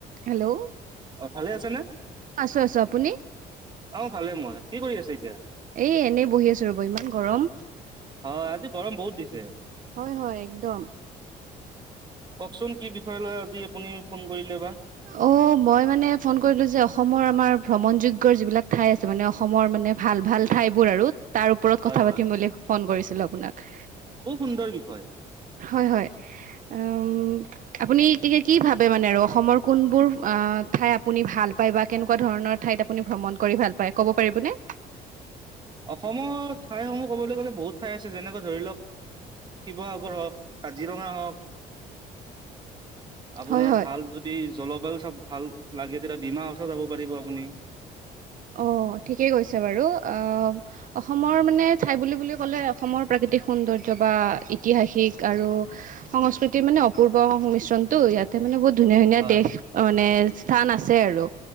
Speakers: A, on the right; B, on the right.
A: Hello,
B: অ ভালে আছে নে?
A: আছো - আছো আপুনি?
B: অ, ভালে মই কি কৰি আছ এতিয়া।
A: এ - এনেই বহি আছো ৰ'ব ইমান গৰম।
B: হয় আজি গৰম বহুত দিছে।
A: হয় হয় একদম
B: কওকচোন কি বিষয় লয় আজি আপুনি ফোন কৰিলে বা
A: অ, মই মানে ফোন কৰিলো যে অসমৰ আমাৰ ভ্ৰমণযোগ্যৰ যিবিলাক ঠাই আছে মানে অসমৰ মানে ভাল ভাল ঠাইবোৰ আৰু তাৰ ওপৰত
B: হয়
A: কথা
B: হয়
A: পাতিম বুলি ফোন কৰিছিলো আপোনাক?
B: খুব সুন্দৰ বিষয়।
A: হয় - হয় উম, আপুনি এতিয়া কি ভাবে মানে আৰু অসমৰ কোনবোৰ ঠাই আপুনি ভাল পায় বা কেনেকুৱা ধৰণৰ ঠাইত আপুনি ভ্ৰমণ কৰি ভাল পায় ক'ব পাৰিবনে?
B: অসমৰ ঠাইসমূহ ক'বলৈ গ'লে বহুত ঠাই আছে যেনেকে ধৰি লওক শিৱসাগৰ হওক কাজিৰঙা হওক। আপোনাৰ
A: হয় হয়
B: ভাল যদি জলবায়ু চব ভাল লাগে তেতিয়া ডিমা হাচাও যাব পাৰিব আপুনি।
A: অ, ঠিকেই কৈছে বাৰু অ, অসমৰ মানে ঠাই বুলি কলে ক'লে অসমৰ প্ৰাকৃতিক সৌন্দৰ্য বা ঐতিহাসিক আৰু সংস্কৃতিৰ মানে অপূৰ্ব মিশ্ৰণটো ইয়াত তাৰ মানে বহুত ধুনীয়া ধুনীয়া
B: হয়
A: দেশ মানে স্থান আছে আৰু